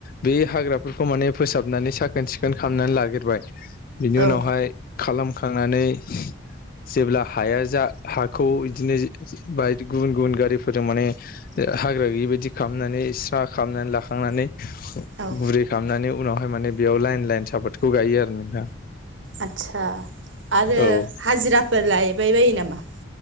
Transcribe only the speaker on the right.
औ
औ
आदसा आरो
हाजिराफोर लैयबाय बायो नामा?